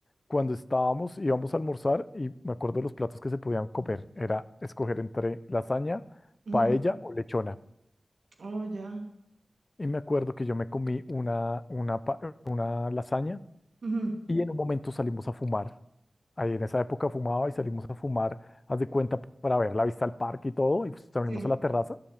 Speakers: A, on the left (about 45°); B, on the right (about 75°).
A: cuando estábamos, íbamos a almorzar y me acuerdo los platos que se podían comer, era escoger entre lasaña,
B: ujú,
A: paella o lechona.
B: Oh, ya.
A: Y me acuerdo que yo me comí una, una, pa- una lasaña
B: ujú,
A: y en un momento salimos a fumar. Ahí en esa época fumaba y salimos a fumar, haz de cuenta, para ver la vista al parque y todo, y pues salimos
B: Sí.
A: a la terraza